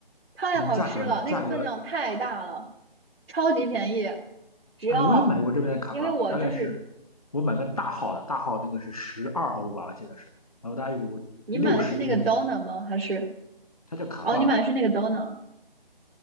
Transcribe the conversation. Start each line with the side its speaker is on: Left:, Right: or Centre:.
Right: 太好吃了，
Left: 那价格呢？价格，
Right: 那个分量太大了，超级便宜，只要。
Left: 哎，我也买过这边的卡挂吧，
Right: 因为我就是
Left: 大概是我买个大号的，大号那个是十二欧吧，我记得是，然后大概有六十厘米左右，
Right: 你买的是那个 d o n e r 吗？还是
Left: 它叫卡挂。
Right: 哦，你买的是那个 d o n e r